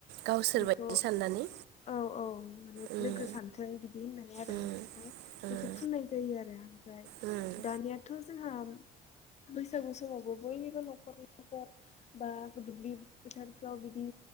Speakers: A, on the right; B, on the left.
A: गावसोर
B: बेखौ
A: बायदि साननानै
B: औ औ माने
A: उम
B: लोगो सानथों बिदि होननानै आरो
A: उम
B: ओंखाय
A: उम
B: बेखौ फुननाय जायो आरो ओमफ्राय
A: उम उम
B: दानियाथ' जोंहा बैसागु समावबो बयनिबो न'खर न'खर बा दुब्लि फोथारफ्राव बिदि